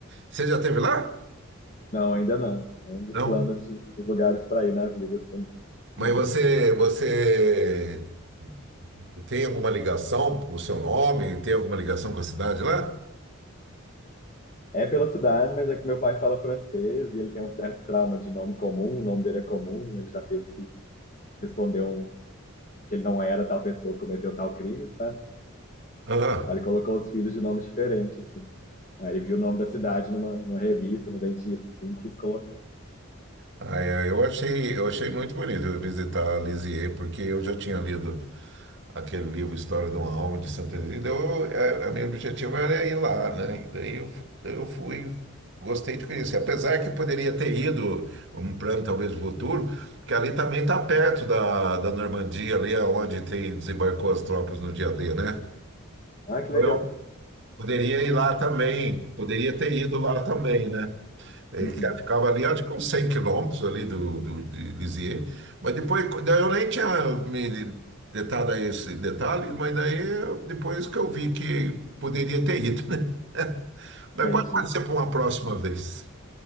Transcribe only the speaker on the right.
Você já esteve lá?
Não.
Mas você, você tem alguma ligação com o seu nome? Tem alguma ligação com a cidade lá?
Aham.
Ah, é, eu achei, eu achei muito bonito eu visitar Lisieux, porque eu já tinha lido aquele livro História de uma Alma de Santa Teresa. Então, eu, a, a meu objetivo era ir lá, né? E Daí eu, fu- daí eu fui, gostei de conhecer. Apesar que eu poderia ter ido, um plano talvez futuro, que ali também está perto da, da Normandia, ali aonde tem, desembarcou as tropas no dia D, né?
Então,
Eu poderia ir lá também, poderia ter ido lá também, né? Ele
que ficava ali, acho que uns 100 quilômetros ali do, do, de Lisieux. Mas depois, daí eu nem tinha me detado a esse detalhe, mas daí eu- depois que eu vi que poderia ter ido, né? <laughs> Mas
pode ser para uma próxima vez.